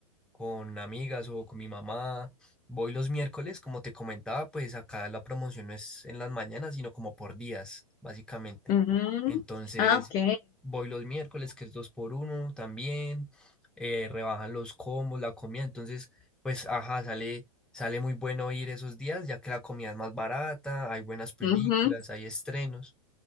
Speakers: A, in the centre; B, on the left.
A: con amigas o con mi mamá. Voy los miércoles, como te comentaba, pues acá la promoción no es en las mañanas, sino como por días, básicamente.
B: Ujú.
A: Entonces,
B: Ah, ok.
A: voy los miércoles, que es dos por uno también, eh, rebajan los combos, la comida. Entonces, pues, ajá, sale, sale muy bueno ir esos días, ya que la comida es más barata, hay buenas películas,
B: Ujú.
A: hay estrenos,